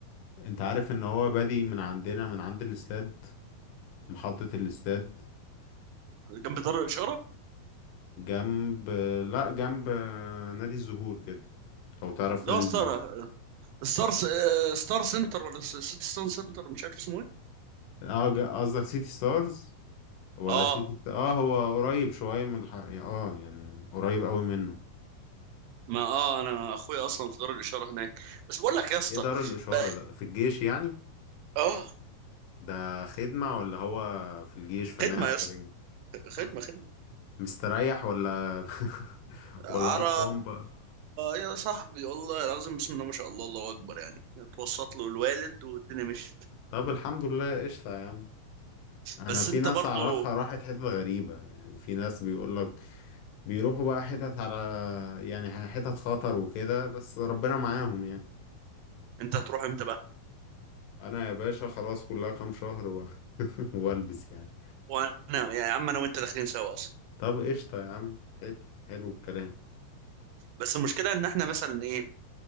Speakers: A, on the left; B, on the right.
A: انت عارف ان هو بادي من عندنا من عند الاستاد محطة الاستاد
B: جنب دار الاشاره
A: جنب لا جنب نادي الزهور كده لو تعرف
B: لا
A: نادي
B: ستار
A: الزهور
B: ستار ستار سنتر ولا س- سيتي ستار سنتر مش عارف اسمه ايه
A: اه ج- قصدك سيتي ستارز ولا
B: اه
A: سيتي اه هو قريب شوية من الح... يعني، اه يعني قريب قوي منه
B: ما اه انا اخويا اصلا في دار الاشاره هناك بس بقول لك يا اسطى
A: ايه دار الإشارة
B: ب-
A: ده في الجيش يعني
B: اه
A: ده خدمة ولا هو في الجيش فنية
B: خدمه
A: عسكرية
B: يا اسطى خدمه
A: اه
B: خدمه
A: مستريح ولا <laughs>
B: على
A: ولا قرفان بقى
B: يا صاحبي والله العظيم بسم الله ما شاء الله الله اكبر يعني اتوسط له الوالد والدنيا مشيت
A: طب الحمد لله قشطة يا عم انا
B: بس
A: في
B: انت
A: ناس
B: برضو
A: اعرفها راحت حتت غريبة يعني في ناس بيقولك بيروحوا بقى حتت على يعني حتت خطر وكده بس ربنا معاهم يعني
B: انت هتروح امتى بقى
A: انا يا باشا خلاص كلها كام شهر و... <laughs> والبس يعني
B: وانا يعني يا عم انا وانت داخلين سوا اصلا
A: طب قشطة يا عم حلو حلو الكلام
B: بس المشكله ان احنا مثلا ايه